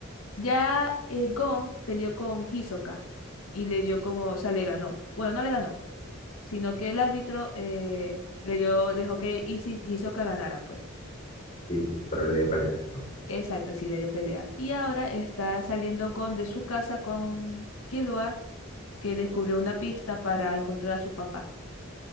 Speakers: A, on the left (about 85°); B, on the left (about 30°).
A: ya eh, Gon peleó con Hisoka y le dio como, o sea, le ganó. Bueno, no le ganó, sino que el árbitro eh, le dio, dejó que Isi- Hisoka ganara, pues.
B: Sí, sí, pero le dio pelea. pues.
A: Exacto, sí, le dio pelea. Y ahora está saliendo Gon de su casa con Killua, que descubrió una pista para encontrar a su papá.